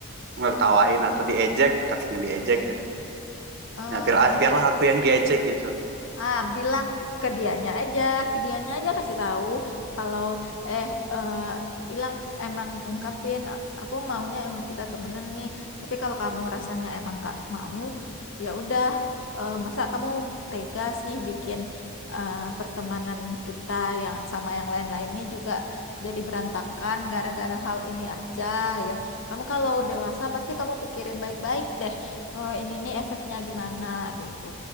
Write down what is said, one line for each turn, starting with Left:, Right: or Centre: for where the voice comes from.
Right: ngertawain atau diejek takutnya diejek ya
Left: eh,
Right: ya biar biarlah aku yang diejek gitu
Left: Ah, bilang ke dianya aja, ke dianya aja kasih tahu kalau eh eh, bilang emang ungkapin "A- aku maunya emang kita temenan nih. Tapi kalau kamu rasanya emang nggak mau, ya udah eh, masa kamu tega sih bikin eh, pertemanan kita yang sama yang lain-lain ini juga jadi berantakan gara-gara hal ini aja. Yo, kamu kalau dewasa pasti kamu pikirin baik-baik deh. Oh, ini nih efeknya gimana gitu.